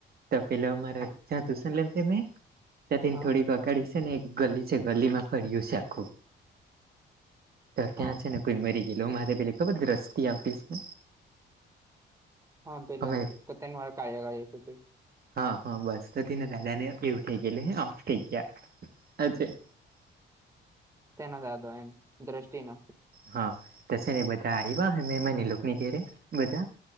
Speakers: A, on the right; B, on the right.
A: તો પેલો મારા
B: હા
A: જ્યાં તુશન લેમ મેં. ને
B: હા
A: થોડીક અગાડી છે ને એક ગલી છે ગલીમાં ફરય્યું છે આખું. તો ત્યાં
B: હા
A: છે ને કોઈ મરી ગેલો મારે પેલી ખબર દ્રષ્ટિ આવતી છે.
B: હા પેલો
A: અમે
B: કતની વાળ કાર્યગ છે.
A: હા હા બસ તોને દાદા ને એવું થઈ ગયેલું હ ઓફ થઈ ગયા હ. <inaudible>
B: નાદાદ એ દ્રષ્ટિનું.
A: હા. સરલે બધા એબ હમે એમાની લોક નિની ઘેે બધા.